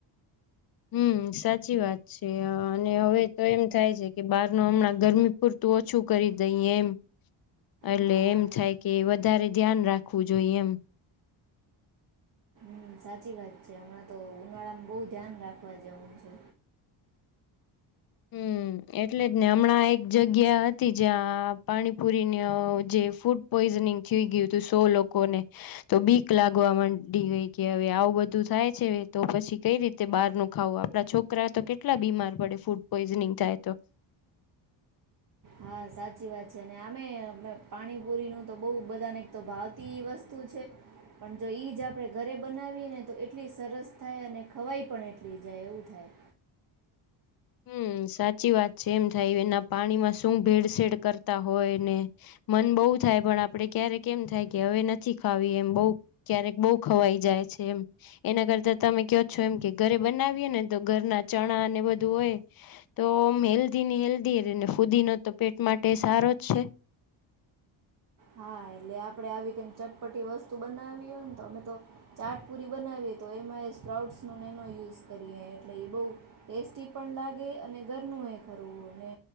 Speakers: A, on the left (about 50°); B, on the right (about 40°).
A: હમ્મ સાચી વાત છે. અને હવે તો એમ થાય છે કે બહાર ન હમણાં ગરમી પૂરતું ઓછું કરી દઈ એમ એટલે
B: હા
A: એમ થાય કે વધારે ધ્યાન રાખવું જોઈ એમ.
B: હમ્મ સાચી વાત છે. હમણાં તો ઉનાળામાં બહુ ધ્યાન રાખવા જેવું છે.
A: હમ્મ, એટલે જ ને હમણાં એક જગ્યા હતી જ્યાં પાણીપુરીને અહ જે ફૂડ પોઈઝનિંગ થઈ ગયું હતું સો લોકોને તો બીક લાગવા માંડી ગઈ કે હવે આવું બધું થાય છે તો પછી કઈ રીતે બહાર નું ખાવું આપડા છોકરા તો કેટલા બીમાર પડે ફૂડ પોઝીનિંગ થાય તો.
B: હા સાચી વાત છે અને આમે પાણીપુરીનું તો બહ બધાને તો ભાવતી વસ્તુ છે પણ જો એઈ જ આપણે ઘરે બનાવીએ ને તો એટલી સરસ થાય અને ખવાય પણ એટલી જાય એવું થાય.
A: હમ્મ સાચી વાત છે, એમ થાય એના પાણીમાં શું ભેળસેડ કરતા હોય ને મન બહુ થાય પણ આપડે ક્યારેક એમ થાય કે હવે નથી ખાવી એમ બહ ક્યારેક બહુ ખવાઈ જાય છે એમ એના કરતા તમે કો છો એમ કે ઘરે બનાવીએ ને તો ઘરના ચણા ને બધ ધુએ હોય તો આમ હેલ્ધી ને હેલ્ધી રને ફુદી ન તો પેટ માટે સારો જ છે.
B: હા એટલે આપણેે આવી કેમ ચટપટી વસ્તુ બનાવીએ ને તો અમે તો ચાટપુરી બનાવીએ તો એમાં એ સ્પ્રાઉટ્સ ન એનો યુઝ કરીએ એટલે એ બહ ટેસ્ટી પણ લાગે અને ઘરનું એ ખરવું ને